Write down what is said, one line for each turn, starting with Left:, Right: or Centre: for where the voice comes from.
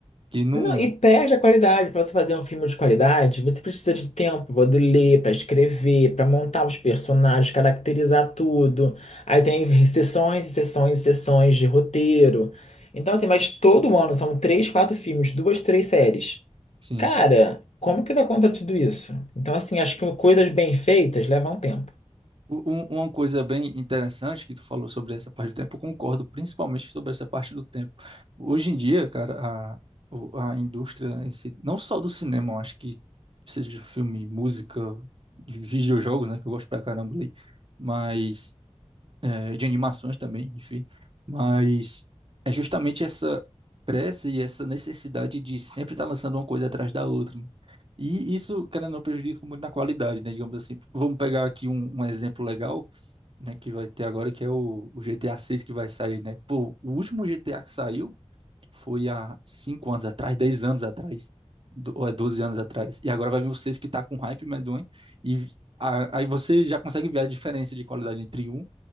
Right: Que não.
Left: Não, e perde a qualidade. Para você fazer um filme de qualidade, você precisa de tempo para poder ler, para escrever, para montar os personagens, caracterizar tudo. Aí tem sessões e sessões e sessões de roteiro. Então, assim, mas todo ano são três, quatro filmes, duas, três séries.
Right: Sim,
Left: Cara, como que dá conta de tudo isso? Então, assim, acho que coisas bem feitas levam tempo.
Right: U- um- Uma coisa bem interessante que tu falou sobre essa parte do tempo, eu concordo principalmente sobre essa parte do tempo. Hoje em dia, cara, a, o- a indústria em si, não só do cinema, eu acho que seja de filme, música, de videojogos, né, que eu gosto pra caramba ali, mas é, de animações também, enfim, mas é justamente essa pressa e essa necessidade de sempre estar lançando uma coisa atrás da outra, né? E isso, querendo ou não, prejudica muito na qualidade, né? Digamos assim, vamos pegar aqui um um exemplo legal, né, que vai ter agora, que é o, o GTA 6 que vai sair, né? Pô, o último GTA que saiu foi há 5 anos atrás, 10 anos atrás, do- ou é 12 anos atrás. E agora vai vir o 6 que tá com hype medonho, e a- aí você já consegue ver a diferença de qualidade entre um